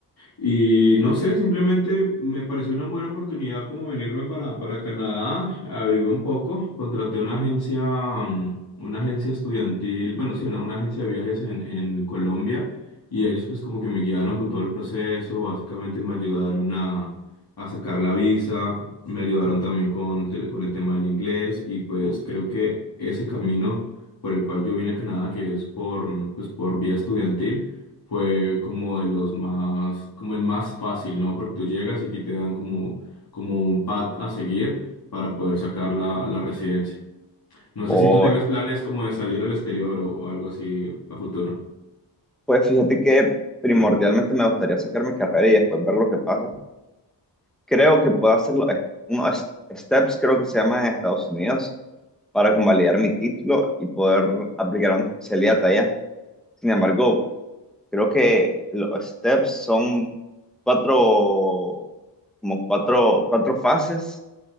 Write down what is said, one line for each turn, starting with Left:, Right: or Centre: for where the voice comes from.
Left: Y no sé, simplemente me pareció una buena oportunidad como venirme para, para Canadá, averigué un poco, contraté una agencia, mm, una agencia estudiantil, bueno, sí, una, una agencia de viajes en, en Colombia y ellos pues como que me guiaron con todo el proceso, básicamente me ayudaron a, a sacar la visa, me ayudaron también con, te- con el tema del inglés y pues creo que ese camino por el cual yo vine a Canadá, que es por, mm, pues, por vía estudiantil, fue como de los más, como el más fácil, ¿no? Porque tú llegas y aquí te dan como, como un pad a seguir para poder sacar la, la residencia. No sé
Centre: O,
Left: si tú tengas planes como de salir al exterior o, o algo así a futuro.
Centre: pues fíjate que primordialmente me gustaría sacar mi carrera y después ver lo que pasa. Creo que puedo hacer los- unos es- steps, creo que se llama en Estados Unidos, para convalidar mi título y poder aplicar una especialidad allá. Sin embargo, creo que los steps son cuatro, como cuatro, cuatro fases